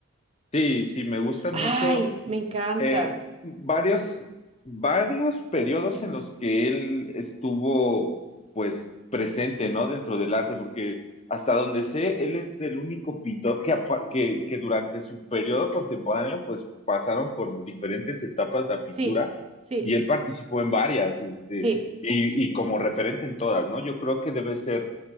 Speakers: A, on the left; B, on the right.
A: Sí, sí, me gustan
B: Ay,
A: mucho
B: me encanta.
A: eh, varios, varios periodos en los que él estuvo, pues, presente, ¿no? Dentro del arte, porque hasta donde sé, él es el único pintor que, apa- que, que durante su periodo contemporáneo, pues, pasaron por diferentes etapas de la pintura
B: Sí, sí,
A: y él participó en varias, este,
B: sí.
A: y, y como referente en todas, ¿no? Yo creo que debe ser